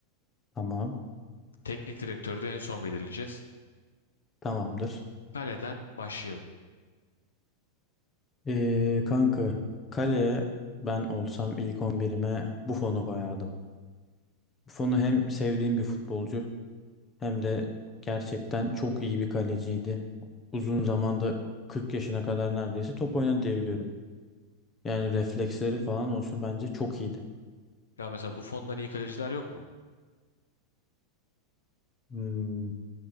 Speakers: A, on the left (about 20°); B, on the left (about 70°).
A: Tamam.
B: Teknik direktörü de en son belirleyeceğiz.
A: Tamamdır.
B: Kaleden başlayalım.
A: Ee, kanka kaleye ben olsam ilk 11'ime Buffon'u koyardım. Buffon'u hem sevdiğim bir futbolcu hem de gerçekten çok iyi bir kaleciydi. Uzun zamanda 40 yaşına kadar neredeyse top oynadı diyebiliyorum. Yani refleksleri falan olsun bence çok iyiydi.
B: Ya mesela Buffon'dan iyi kaleciler yok mu?
A: Hmm.